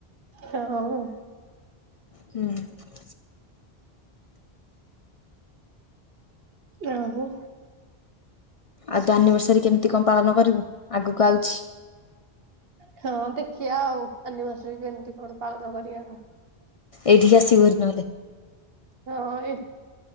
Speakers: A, on the right; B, on the left.
A: ହଉ।
B: ହୁଁ।
A: ଆଉ।
B: ଆଉ ତ ଆନିଭର୍ସରୀ କେମିତି କଣ ପାଳନ କରିବୁ ଆଗକୁ ଆଉଚି।
A: ହଁ ଦେଖିବା ଆଉ ଆନିଭର୍ଶରି କେମତି କଣ ପାଳନ କରିବା ଆ
B: ଏଇଠିକୁ ଆସିବୁ ହରି ନହେଲେ।
A: ହଁ